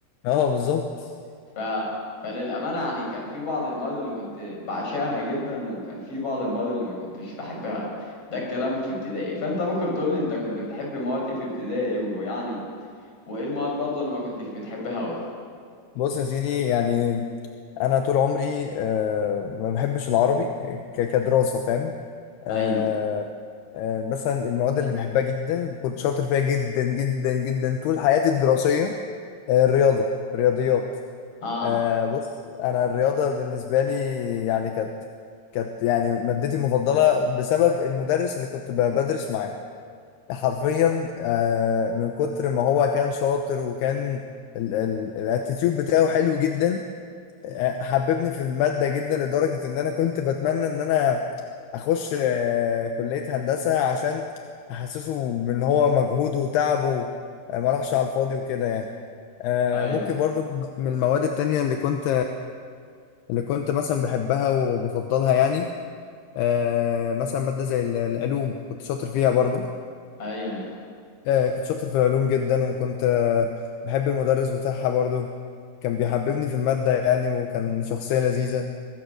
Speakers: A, on the left; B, on the left.
A: اه بالظبط
B: ف... فللأمانة يعني كان في بعض المواد اللي كنت بعشقها جدا وكان في بعض المواد اللي ما كنتش بحبها ده الكلام في ابتدائي فأنت ممكن تقول لي أنت كنت بتحب مواد إيه في ابتدائي ويعني وإيه المواد برضه اللي ما كنتش بتحبها أوي
A: <laughs> بص يا سيدي يعني انا طول عمري آه، ما بحبش العربي آه، ك- كدراسه فاهم آه،
B: أيوه
A: آه، مثلا المواد اللي بحبها جدا كنت شاطر فيها جدا جدا جدا طول حياتي الدراسية آه، الرياضة رياضيات
B: آه
A: آه، بص أنا الرياضة بالنسبة لي يعني كانت كانت يعني مادتي المفضلة بسبب المدرس اللي كنت ب- بدرس معاه حرفيا آه، من كتر ما هو كان شاطر وكان الاتيتيود بتاعه حلو جدا حببني في المادة جدا لدرجة إن أنا كنت بتمنى إن أنا أخش آه، كلية هندسة عشان أحسسه إن هو مجهوده وتعبه آه، ما راحش على الفاضي وكده يعني آه،
B: أيوه
A: ممكن برضو من المواد التانية اللي كنت اللي كنت مثلا بحبها وبفضلها يعني آه، مثلا مادة زي ال- العلوم كنت شاطر فيها برضو
B: أيوه
A: آه، كنت شاطر في العلوم جدا وكنت آه، بحب المدرس بتاعها برضو كان بيحببني في المادة يعني وكان شخصية لذيذة